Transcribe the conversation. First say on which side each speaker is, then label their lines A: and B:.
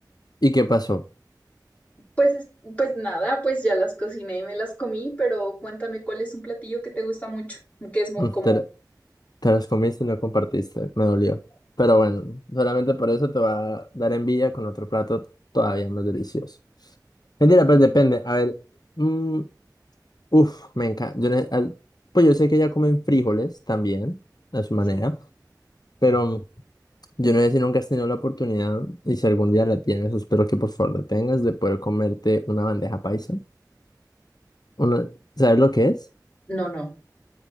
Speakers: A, on the left; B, on the left.
A: ¿Y qué pasó?
B: Pues, es- pues nada, pues ya las cociné y me las comí, pero cuéntame cuál es un platillo que te gusta mucho, que es muy
A: Mm,
B: como,
A: Te, lo- te las comiste y no compartiste, me dolió. Pero bueno, solamente por eso te va a dar envidia con otro plato todavía más delicioso. Mentira, pues depende. A ver, mm, Uf, me encanta. Yo, ne- al- pues yo sé que ya comen frijoles también, a su manera,
B: Sí.
A: pero yo no sé si nunca has tenido la oportunidad y si algún día la tienes, espero que por favor la tengas, de poder comerte una bandeja paisa. Una- ¿sabes lo que es?
B: no, no,